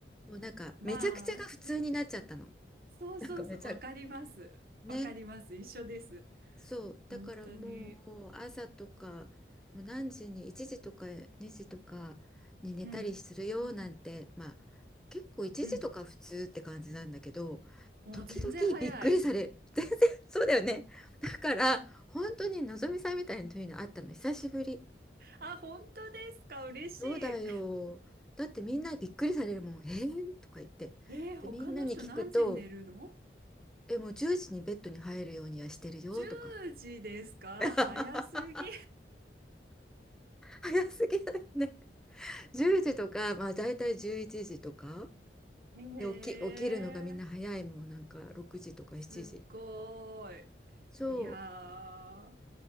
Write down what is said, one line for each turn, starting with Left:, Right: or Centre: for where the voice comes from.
Centre: もうなんかめちゃくちゃが普通になっちゃったの。
Right: まあ、そうそうそう、
Centre: なんかめちゃく、
Right: わかります。
Centre: ね。
Right: わかります。一緒です。
Centre: そう。
Right: 本当に。
Centre: だからもう朝とか、もう何時に、1時とか2時とかに寝たりするよなんて、
Right: うん。
Centre: まあ結構1時とか普通って感じなんだけど、
Right: うん。もう全然早い。
Centre: 時々びっくりされる。<laughs> 全然そうだよね。だから本当にのぞみさんみたいなというのあったの久しぶり。
Right: あ、本当ですか。嬉しい。
Centre: そうだよ。だってみんなびっくりされるもん。えー、とか言って。
Right: えー他の人何時に寝るの
Centre: で、みんなに聞くと、え、もう10時にベッドに入るようにはしてるよとか。
Right: ?10 時ですか早すぎ。
Centre: <laughs> 早すぎだよね。10時とか、まあ大体11時とか。
Right: えー、
Centre: で、起き、起きるのがみんな早いもん。なんか6時とか7時。
Right: すっごー
Centre: そう。
Right: い。いやー、